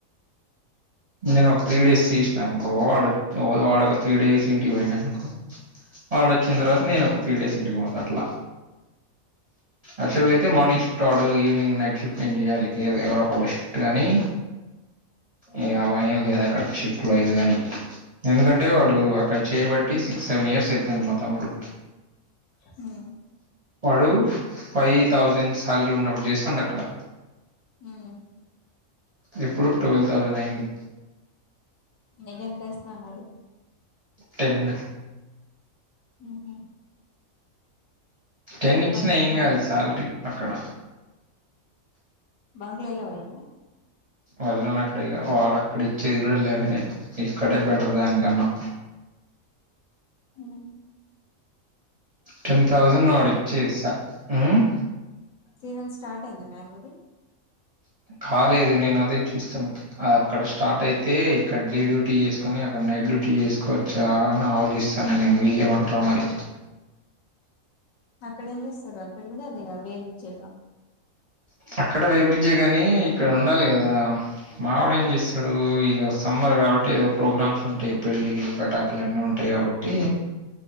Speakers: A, on the right (about 40°); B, on the left (about 70°).
A: నేను ఒక త్రీ డేస్ తీసానుకో వాడ వాడొ ఒక త్రీ డేస్ ఇంటికి పోయిండుఅనుకో వాడొచ్చిన తర్వాత నేను ఒక త్రీ డేస్ ఇంటికి పోతా అట్లా అసలేప్ అయితే మార్నింగ్ షిఫ్ట్ ఆడు ఈవినింగ్ నైట్ షిఫ్ట్ ఏం చేయాలి ఎవరోొ ఒకళ్ళ షిఫ్ట్ కానీ ఇగా అలా ఏం లేదు అక్కడ షిఫ్ట్ వైజ్ గానీ ఎందుకంటే వాడు అక్కడ చేయబట్టి సిక్స్ సెవెన్ ఇయర్స్ అయితుంది మా తమ్ముడు
B: హ్మ్మ్
A: వాడు ఫైవ్ థౌజండ్ శాలరీ ఉన్నప్పుడు చేస్తుండా అక్కడ
B: హ్మ్మ్
A: ఇప్పుడు ట్వెల్వ్ థౌసండ్ అయింది
B: నీకేం తెస్తా అన్నాడు
A: టెన్
B: హహ
A: టెన్ ఇచ్చినా
B: పాయింట్
A: ఏం
B: బంక్
A: కాదు శాలరీ అక్కడ
B: బండ్లో ఏళ్ళవ ఈడ
A: వెళ్ళనక్కడ ఇగ వాడక్కడిచ్చేది కూడా లేవనే ఇక్కడే బెటర్ దానికన్నా
B: ఉమ్
A: టెన్ థౌసండ్ వాడిచ్చేది
B: సీజన్
A: సా ఉమ్,
B: సీజన్ స్టార్ట్ అయింది మ్యాంగోది
A: కాలేదు నేను అదే చూస్తాను అక్కడ స్టార్ట్ అయితే ఇక్కడ డే డ్యూటీ చేసుకొని అక్కడ నైట్ డ్యూటీ చేసుకోవచ్చా అని ఆలోచిస్తాను నేను వీళ్ళేమంటరో మరి
B: అక్కడేం చేస్తారు అక్కడ కూడా అదేగా వేరు బ్రిడ్జే గా
A: అక్కడ వే బ్రిడ్జే గాని ఇక్కడ ఉండాలి కదా మావిడ ఏం చేస్తాడు ఇక సమ్మర్ కాబట్టి ఏదో ప్రోగ్రామ్స్ ఉంటాయి పెళ్ళిళ్లు పేటాకులు అన్నీ ఉంటాయి కాబట్టి